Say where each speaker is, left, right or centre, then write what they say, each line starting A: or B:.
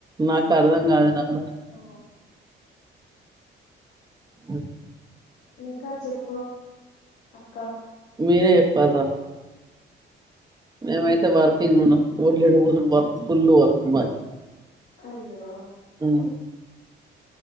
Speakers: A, on the right; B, on the left.
A: నాకు అర్థం కాదు రా మ
B: ఆ
A: అ
B: ఇంకా చెప్పు అక్క
A: మీరే చెప్పాలరా మేమయితే వర్కింగ్ లున్నాం వడ్లు ఎండు వర్కు ఫుల్ వర్కు మ
B: అయ్యో
A: హ్మ్